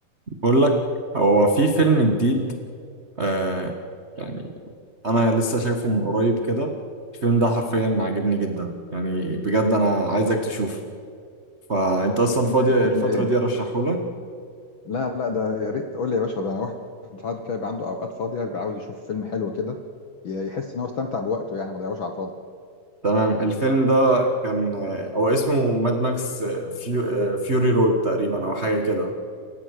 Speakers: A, on the right (about 70°); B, on the left (about 65°).
A: بقول لك هو في فيلم جديد آه يعني انا لسه شايفه من قريب كده الفيلم ده حرفيا عاجبني جدا يعني بجد انا عايزك تشوفه فانت اصلا
B: فيلم
A: فاضي
B: إيه؟ فيلم
A: الفترة
B: ايه
A: دي ارشحه لك
B: لا لا ده يا ريت قول لي يا باشا ده انا واحد ساعات كده بيبقى عنده اوقات فاضيه بيبقى عاوز يشوف فيلم حلو كده ي- يحس ان هو استمتع بوقته يعني ما ضيعوش على الفاضي
A: تمام الفيلم ده كان آه، هو اسمه ماد ماكس آه، فيو آه، فيوري رود تقريبا او حاجة كده